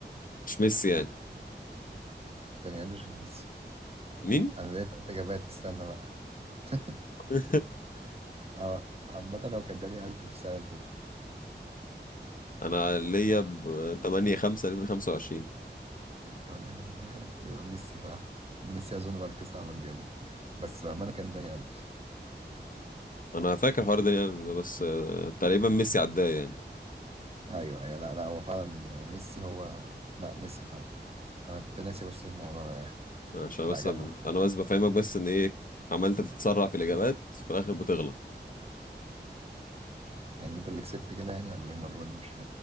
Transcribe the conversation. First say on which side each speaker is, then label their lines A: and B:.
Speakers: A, on the left (about 50°); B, on the right (about 35°).
A: مش ميسي يعني
B: داني ألفيش ولا ميسي
A: مين
B: انا ليا تلات اجابات استنى بقى <laughs>
A: <laughs>
B: اه عامة هو كان داني ألفيش السنة اللي فاتت
A: انا ليا ب 8 5 2025
B: تمانية وعشرين فيها، يبقى ميسي فعلا ميسي اظن بعد كاس العالم جابه بس بأمانة كان داني ألفيش
A: انا فاكر حوار ده ده بس آه، تقريبا ميسي عداه يعني
B: ايوه ايوه لا لا هو فعلا ميسي هو لا ميسي فعلا انا كنت ناسي بس الموضوع ده يعني
A: عشان
B: لا
A: بس
B: جدع
A: أب- انا بس بفهمك بس ان ايه عمال تتسرع في الاجابات في الاخر بتغلط
B: يعني انت اللي كسبت كده يعني ولا ايه المرة دي مش